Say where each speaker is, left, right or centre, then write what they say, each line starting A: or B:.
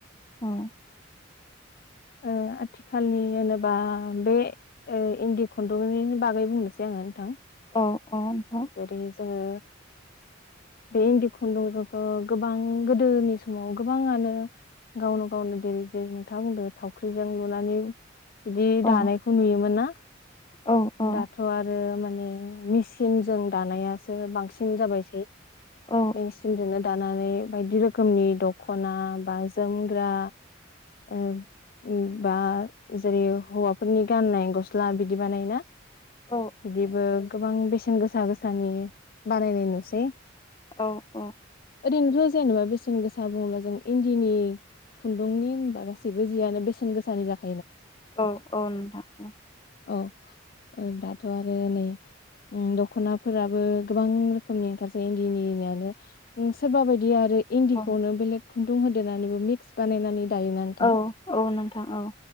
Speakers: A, on the left; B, on the left.
A: हम।
B: ओ आथिखालनि होनोबा बे ओ इन्दि खुन्दुंनि बागै बुंनोसै आङो नोंथां।
A: औ।
B: <unintelligible>
A: औ नोंथां
B: जोङो बे इन्दि खुन्दुंजोंथ' गोबां गोदोनि समाव गोबाङानो गावनो गावनो देरै जे नोंथाङा बुंदों थावख्रिजों लुनानै बिदि
A: औ
B: दानायखौ नुयोमोन ना।
A: औ औ
B: दाथ' आरो मा ने मेसिन जों दानाया सो बांसिन जाबायसै।
A: औ
B: मेसिमजोंनो दानानै बायदि रोखोमनि द खना बा जोमग्रा उम उम बा जेरै हौवाफोरनि गाननाय गस्ला बिदि बानायोना?
A: औ
B: बिदिबो गोबां बेसेन गो सा गोसानि बानायनाय नुसै।
A: औ औ।
B: ओरैनोथ जेनेबा बेसेन गोसा बुङोब्ला जों इन्दिनि खुन्दुंनि होनबा गासैबो जियानो बेसेन गोसानि जा
A: औ औ नोंथां औ
B: औ ओ दाथ' आरो नै उम दख खनाफोराबो गोबां रोखोमनि ओंखार सोयो इन्दिनियानो सोरबा बाय दि आरो
A: औ
B: इन्दिखौनो बेलेग खुन्दुं होदेरनानैबो मिक्स बानायनानै दायोना नोंथां
A: औ औ नोंथां औ